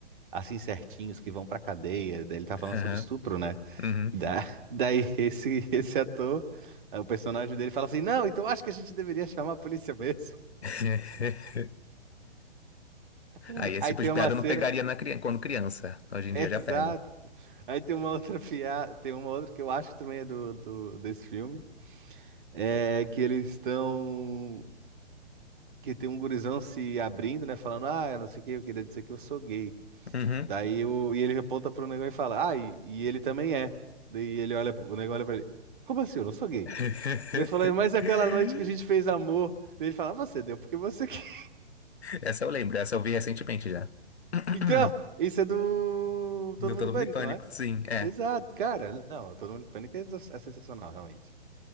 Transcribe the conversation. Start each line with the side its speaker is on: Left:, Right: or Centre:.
Right: Assim certinhos que vão pra cadeia. Daí ele tá falando
Left: Aham.
Right: sobre estupro, né?
Left: Uhum.
Right: Da- <laughs> daí esse, esse ator, é, o personagem dele fala assim: Não, então acho que a gente deveria chamar a polícia mesmo.
Left: <laughs>
Right: <laughs>
Left: Aí esse
Right: Aí
Left: tipo
Right: tem
Left: de piada
Right: uma cena.
Left: eu não pegaria na cri... quando criança.
Right: <laughs>
Left: Hoje em
Right: Exato.
Left: dia eu já pego.
Right: Aí tem uma outra piada, tem uma outra que eu acho que também é do, do- desse filme. É que eles estão. Que tem um gurizão se abrindo, né? Falando, ah, eu não sei o que, eu queria dizer que eu sou gay.
Left: Uhum.
Right: Daí o... e ele aponta pro negão e fala, ah, e, e ele também é. Daí ele olha, o negão olha pra ele, como assim? Eu não sou gay.
Left: <laughs>
Right: Daí ele fala, mas aquela noite que a gente fez amor. Daí ele fala, "Ah, você deu porque você quer. <laughs>
Left: Essa eu lembro, essa eu vi recentemente já. <clears throat>
Right: Então, isso é do
Left: Deu
Right: Todo Mundo
Left: todo
Right: em Pânico,
Left: mundo em pânico.
Right: não é?
Left: Sim, é.
Right: Exato, cara. Não, Todo Mundo em Pânico é, é sensacional, realmente.